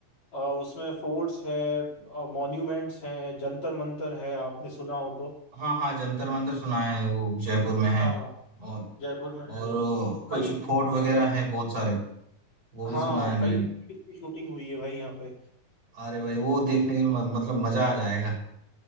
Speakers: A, on the left; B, on the right.
A: अ, उसमें फोर्ट्स है मॉन्यूमेंट्स हैं जंतर मंतर है आपने सुना हो तो
B: हाँ हाँ जंतर मंतर सुना है वो जयपुर में है
A: हाँ
B: और
A: जयपुर में
B: और
A: है
B: वो कुछ
A: कई
B: फोर्ट वगैरह है बहुत सारे वो भी
A: हाँ
B: सुना है मैंने
A: कई movies की शूटिंग हुई है भाई यहाँ पे
B: अरे भाई वो देखने के लिए म- मतलब मजा आ जाएगा